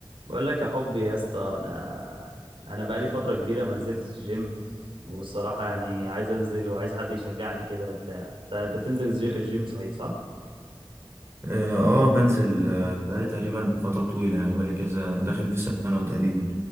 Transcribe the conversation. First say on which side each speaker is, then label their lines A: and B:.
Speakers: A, on the right; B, on the right.
A: بقول لك يا حبي يا اسطى انا انا بقالي فتره كبيره ما نزلتش الجيم والصراحه يعني عايز انزل وعايز حد يشجعني كده وبتاع انت انت بتنزل الج- الجيم صحيح صح
B: اه آه، بنزل آه، بقالي تقريبا فترة طويلة يعني بقالي كذا داخل في سنة وتقريبا